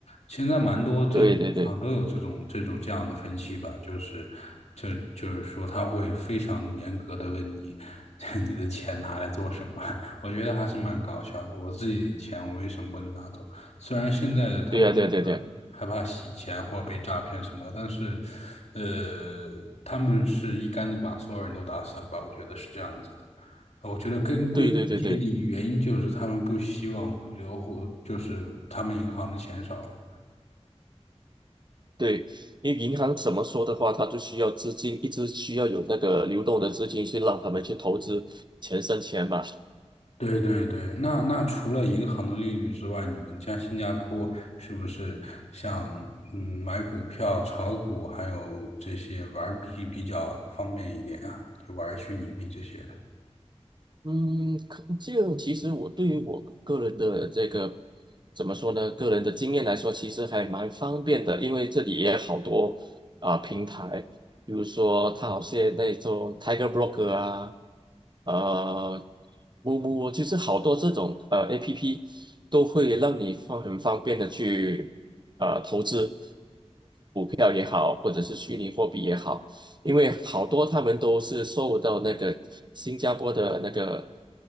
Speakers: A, on the left; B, on the right.
A: 现在蛮多这种银行都有这种这种这样的分析吧，
B: 对对对，
A: 就是就就是说他会非常严格的问你 <laughs> 你的钱拿来做什么。<laughs> 我觉得还是蛮搞笑的。我自己的钱我为什么不能拿走？虽然现在的他们说害怕洗钱或者被诈骗什么的但是
B: 对啊，对对对，
A: 呃，他们是一竿子把所有人都打死了吧？我觉得是这样子的。呃我觉得根归根结底原因就是他们不希望留活，
B: 对对对对
A: 就是他们银行的钱少了。
B: 对，因为银行怎么说的话，它就需要资金，一直需要有那个流动的资金去让他们去投资钱生钱嘛。
A: 对对对，那那除了银行的利率之外，你们像新加坡是不是像嗯买股票、炒股，还有这些玩币比较方便一点啊？就玩虚拟币这些的。
B: 嗯，可就其实我对于我个人的这个怎么说呢？个人的经验来说，其实还蛮方便的，因为这里也有好多啊、平台，比如说它好些那种 Tiger Broker 啊，呃，木木，就是好多这种呃 APP 都会让你方很方便的去呃投资。票也好，或者是虚拟货币也好，因为好多他们都是受到那个新加坡的那个